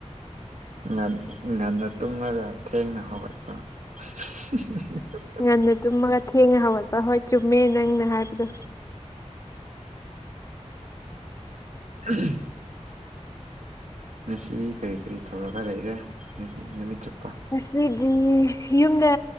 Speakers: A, on the right; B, on the left.
A: ꯉꯟ ꯉꯟꯅ ꯇꯨꯝꯔꯒ ꯊꯦꯡꯅ ꯍꯧꯒꯠꯄ <unintelligible>
B: ꯉꯟꯅ ꯇꯨꯝꯃꯒ ꯊꯦꯡꯅ ꯍꯧꯒꯠꯄ ꯍꯣꯏ ꯆꯨꯝꯃꯦ ꯅꯪꯅ ꯍꯥꯏꯕꯗꯣ
A: ꯎꯝ ꯉꯁꯤ ꯀꯔꯤ ꯀꯔꯤ ꯇꯧꯔꯒ ꯂꯩꯔꯦ ꯉꯁꯤ ꯅꯨꯃꯤꯠ ꯆꯨꯞꯄ
B: ꯉꯁꯤꯗꯤ ꯌꯨꯝꯗ